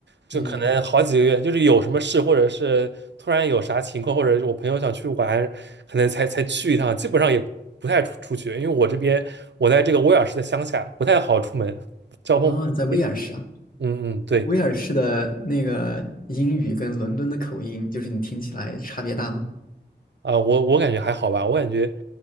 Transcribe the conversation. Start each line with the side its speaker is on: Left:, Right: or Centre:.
Right: 就可能好几个月，
Left: 嗯，
Right: 就是有什么事，或者是突然有啥情况，或者是我朋友想去玩，可能才才去一趟，基本上也不太出出去，因为我这边我在这个威尔士的乡下，不太好出门，交通不方便。
Left: 啊，在威尔士啊？
Right: 嗯嗯，对
Left: 威尔士的那个英语跟伦敦的口音，就是你听起来差别大吗？
Right: 啊，我我感觉还好吧，我感觉